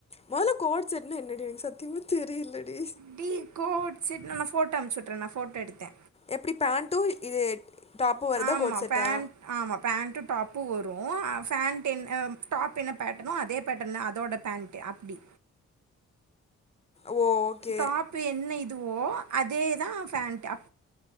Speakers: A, on the left; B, on the right.
A: மொதல்ல கோட் செட்னா என்னடி எனக்கு சத்தியமா தெரிலடி
B: டீ கோட் செட்ன்னா நான் ஃபோட்டோ அம்ச்சி உட்ரன் நா ஃபோட்டோ எடுத்தே
A: எப்புடி பேண்டும் இது டாப்பு வருதா
B: ஆமா.
A: கோட் செட்டா
B: பேண்ட் ஆமா பேண்ட்டும் டாப்பும் வரும் அ ஃபேண்ட்டு என் அ டாப் என்ன பேட்டர்ன்னோ அதே பேட்டர்ன் னா அதோட பேண்ட் டே அப்புடி
A: ஓ ஓகே
B: டாப் என்ன இதுவோ அதேதா ஃபேண்ட் அ